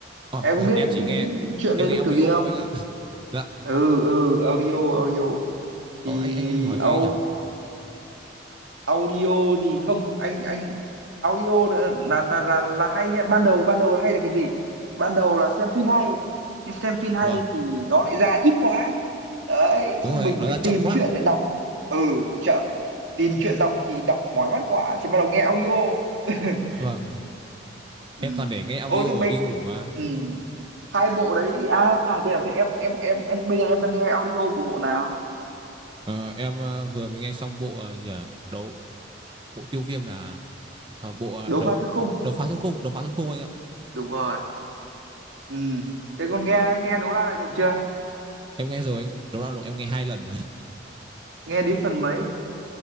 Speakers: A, on the right; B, on the right.
A: Ờ,
B: em có biết
A: em chỉ nghe
B: chuyện
A: em
B: đây
A: nghe
B: nó
A: audio
B: kiểu gì không
A: anh ạ. Dạ.
B: ừ ừ audio audio thì
A: Ờ, anh anh em hỏi
B: audio
A: gì ấy nhỉ?
B: audio thì không anh anh audio là là là là, là hay nhá ban đầu ban đầu là hay là cái gì ban đầu là xem phim hay nhưng xem phim hay
A: Vâng.
B: thì nó lại ra ít quá đấy
A: Đúng
B: xong
A: rồi,
B: mình
A: nói
B: lại
A: ra chậm
B: tìm
A: quá.
B: chuyện để đọc ừ chậm tìm chuyện đọc thì đọc mỏi mắt quá thì bắt đầu nghe audio <laughs>
A: Vâng,
B: ừ
A: em toàn để nghe audio
B: ô thế mấy
A: để đi ngủ mà.
B: ừ hai bộ đấy à thế à thế em em em em bây giờ em đang nghe audio của bộ nào
A: Ờ, em ờ, vừa mới nghe xong bộ ờ, gì à? đấu bộ tiêu viêm là ờ, bộ ờ,
B: đấu
A: đấu
B: pha thứ khung
A: đấu phá thương khung, đấu phá thương khung anh ạ.
B: đúng rồi ừ thế còn nghe nghe đấu la đại lục chưa
A: Em nghe rồi anh, đấu la lục em nghe hai lần rồi.
B: nghe đến phần mấy